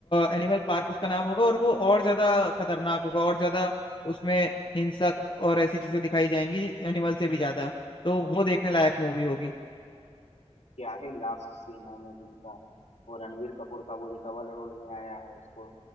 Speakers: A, on the left; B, on the left.
A: एनिमल पार्क उसका नाम होगा और वो और ज्यादा खतरनाक होगा और ज्यादा उसमें हिंसक और ऐसी चीजें दिखाई जाएंगी एनिमल से भी ज्यादा तो वो देखने लायक मूवी होगी
B: क्या ही लास्ट सीन है मूवी का वो रणवीर कपूर का वो जो डबल रोल में आया है उसको